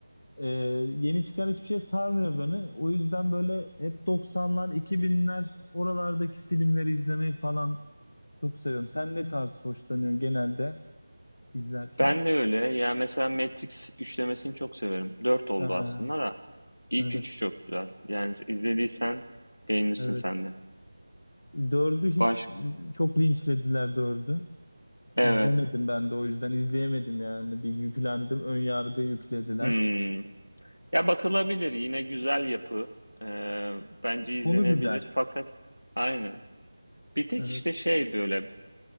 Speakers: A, on the left; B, on the left.
A: Ee, yeni çıkan hiçbir şey sarmıyor beni. O yüzden böyle hep 90'lar, 2000'ler oralardaki filmleri izlemeyi falan çok seviyorum. Sen ne tarz hoşlanıyorsun genelde izlerken?
B: Ben de öyle. Ya mesela Matrix üçlemesini çok severim. Dört oldu
A: Aa,
B: aslında da. İlk
A: evet,
B: üçü çok güzel. Yani izlediysen beğenirsin
A: evet.
B: sen de.
A: Dördü hiç
B: Baş...
A: çok linçlediler dördü.
B: Evet.
A: İzlemedim ben de o yüzden izleyemedim yani. Bir yüklendim, ön yargı yüklediler.
B: Hmm. Ya bakılabilir. Yine güzel yapı. Ee, bence izlenebilir.
A: Konu güzel.
B: Fakat aynı. Bir tek
A: Evet.
B: işte şey böyle.